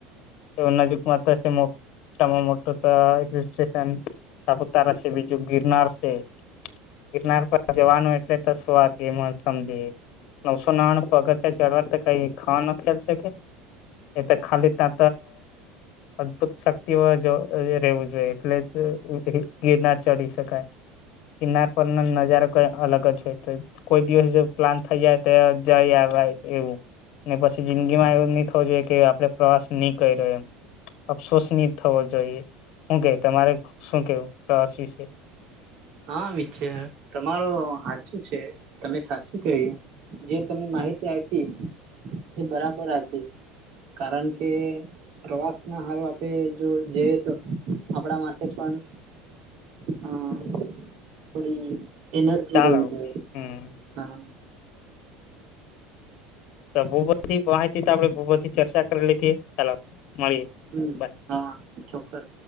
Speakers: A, on the left; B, on the right.
A: એ નજીક માત્ર. <unintelligible> માં મોટો હિલસ્ટેશન તો સાપુતારા છે બીજું ગિરનાર છે. ગિરનાર પર જવાનું એટલે તો શુંવાે સમજી <unintelligible> નવસો નાણું અગત્ય ચડવા તો કઈ ખાવા ન ખેલ છે કે એ તો ખાલી ત <unintelligible> અદભુત શક્તિઓ જો રહેવું જોઈએ એટલે જ ગીરનાર ચડી શકાય ગીરનાર પરનો નજારો કઈ અલગ જ હોય તો કોઈ દિવસ જો પ્લાન થઈ જાય તો જઈ આવે એવું ને પછી જિંદગી માં એવું નહી થવું જોઈએ કે આપડે પ્રવાસ નહી કર્યો એમ અફસોસ ની થવો જોઈએ શું ક તમારે શું કેવું પ્રવાસ વિશે
B: હામિત છે <unintelligible> તમારો સાચું છે તમે સાચું કહ્યું જે તમે માહિતી આપી એ બરાબર આપી કારણ કે પ્રવાસ ના હારો આપણે જો જઈએ તો આપણા માટે પણ હમ થોડી એનર્જી
A: ચાલો
B: રહેવી જોઈએ
A: હમ
B: હા
A: તો બહુ બધી માહિતી આપડે બહુ બધી ચર્ચા કરીે લીધીએ ચાલો મળીએ
B: હમ
A: બાય
B: હા ચોક્કસ